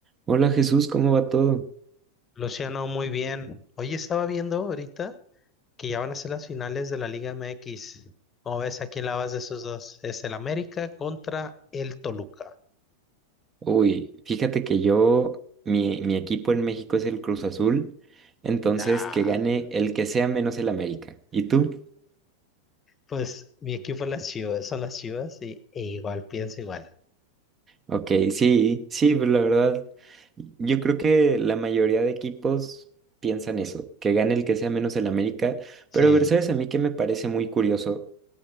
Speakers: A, on the right; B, on the left.
A: Hola Jesús, ¿cómo va todo?
B: Luciano, muy bien. Hoy estaba viendo ahorita que ya van a ser las finales de la Liga MX. ¿Cómo ves? ¿A quién la vas de esos dos? Es el América contra el Toluca.
A: Uy, fíjate que yo, mi, mi equipo en México es el Cruz Azul, entonces
B: Ah,
A: que gane el que sea menos el América. ¿Y tú?
B: pues mi equipo es las Chivas, son las Chivas y, e igual pienso igual.
A: Ok, sí, sí, pero la verdad, yo creo que la mayoría de equipos piensan eso, que gane el que sea menos el América, pero
B: Sí,
A: a ver, ¿sabes a mí que me parece muy curioso?